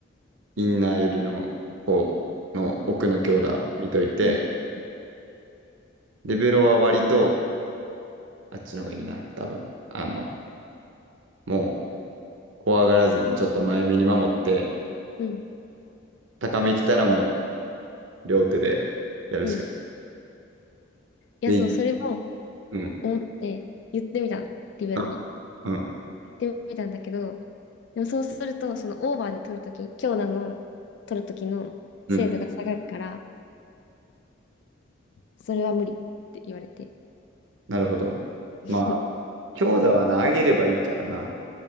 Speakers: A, on the right; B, on the left.
A: インナー寄りの方の奥の強打見といて、
B: うん、うん、
A: デベロは割とあっちの方がいいな、多分。あの、もう怖がらずにちょっと前目に守って、
B: うん、
A: 高め来たらもう、両手でやるしか
B: うん。いや、
A: ない。
B: そう、
A: で、
B: それも
A: うん。
B: 思って言ってみたの、リベロに。
A: あ、うん。
B: 言ってみたんだけど、でもそうすると、そのオーバーで取るとき、強打の取るときの精度が下がるから、
A: うん。
B: それは無理って言われて。
A: なるほど。
B: <laughs>
A: まあ、強打はな、上げればいいからな。